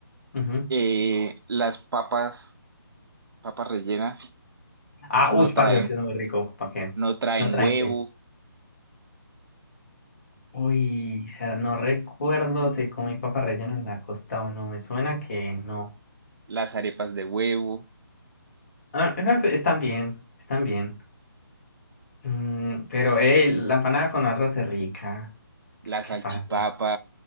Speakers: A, on the left; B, on the right.
A: Ujú.
B: Eh, las papas, papas rellenas,
A: Ah,
B: no
A: uy, parce,
B: traen,
A: eso sí es muy rico, ¿para qué?
B: no traen
A: No traen
B: huevo,
A: qué, uy, o sea, no recuerdo si comí papas rellenas en la costa o no, me suena que no,
B: las arepas de huevo,
A: ah, esas están bien, están bien. Mm, pero, eh, la empanada con arroz es rica.
B: la
A: ¿Qué
B: salchipapa,
A: pasa?